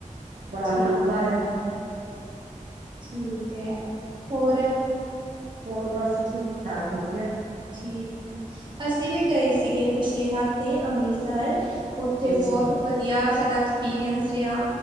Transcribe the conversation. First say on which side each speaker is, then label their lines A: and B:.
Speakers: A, on the right (about 70°); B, on the right (about 35°).
A: ਬੜਾ
B: ਠੀਕ
A: ਆਨੰਦ ਆਇਆ।
B: ਹੈ। ਠੀਕ ਹੈ ਹੋਰ
A: ਹੋਰ ਬਸ ਠੀਕ ਠਾਕ ਵਧੀਆ
B: ਠੀਕ ਆ ਅਸੀਂ ਵੀ ਗਏ ਸੀਗੇ ਪਿਛਲੇ ਹਫ਼ਤੇ ਅੰਮ੍ਰਿਤਸਰ ਉੱਥੇ
A: ਅੱਛਾ
B: ਬਹੁਤ ਵਧੀਆ ਸਾਡਾ ਐਕਸਪੀਰੀਅੰਸ ਰਿਹਾ